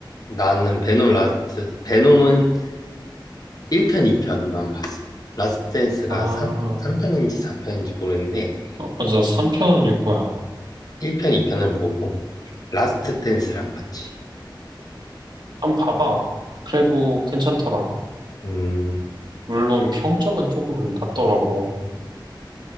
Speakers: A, on the left (about 50°); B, on the right (about 65°).
A: 나는 베놈 라스트, 베놈은 1편, 2편만 봤어. 라스트 댄스가
B: 아,
A: 3, 삼편인지 4편인지 모르는데,
B: 어, 맞아. 3편일 거야.
A: 1편, 2편을 보고, 라스트 댄스를 안 봤지.
B: 한번 봐봐. 그래도 괜찮더라.
A: 음,
B: 물론 평점은 조금 낮더라고.